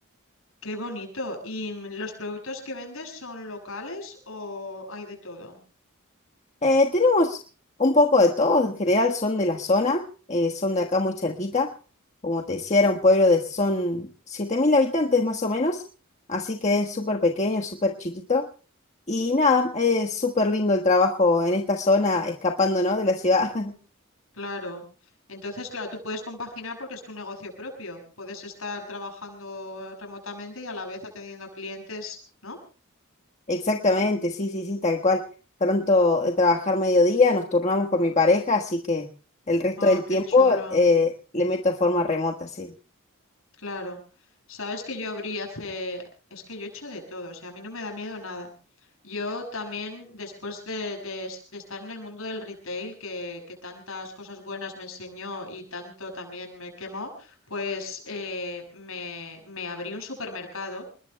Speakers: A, on the left; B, on the left.
A: ¡Qué bonito! ¿Y mm, los productos que vendes son locales o hay de todo?
B: Eh, tenemos un poco de todo, en general son de la zona, eh, son de acá muy cerquita. Como te decía, era un pueblo de, son 7.000 habitantes más o menos, así que es súper pequeño, súper chiquito. Y nada, es súper lindo el trabajo en esta zona, escapando, ¿no? de la ciudad. <laughs>
A: Claro. Entonces, claro, tú puedes compaginar porque es tu negocio propio. Puedes estar trabajando remotamente y a la vez atendiendo clientes, ¿no?
B: Exactamente, sí, sí, sí, tal cual. Tanto de trabajar mediodía, nos turnamos con mi pareja, así que el resto
A: Ah,
B: del tiempo
A: qué chulo.
B: eh, le meto forma remota, sí.
A: Claro, sabes que yo abrí hace, es que yo he hecho de todo, o sea, a mí no me da miedo nada. Yo también, después de, de es- de estar en el mundo del retail, que, que tantas cosas buenas me enseñó y tanto también me quemó, pues eh, me, me abrí un supermercado